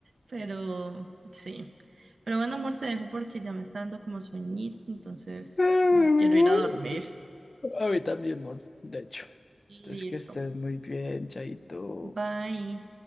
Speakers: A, on the right (about 75°); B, on the left (about 50°).
A: Pero sí. Pero bueno, amor, te dejo porque ya me está dando como sueñito, entonces
B: <laughs>
A: mm, quiero ir a dormir.
B: A mí también, amor, de hecho. Entonces,
A: Listo.
B: que estés muy bien, chaito.
A: Bye.